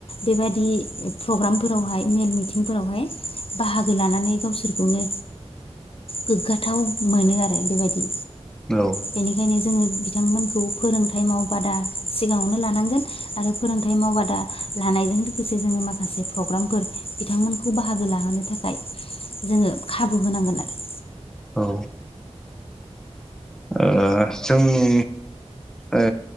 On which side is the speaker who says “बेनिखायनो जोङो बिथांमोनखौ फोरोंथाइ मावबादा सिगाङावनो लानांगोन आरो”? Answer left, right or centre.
Left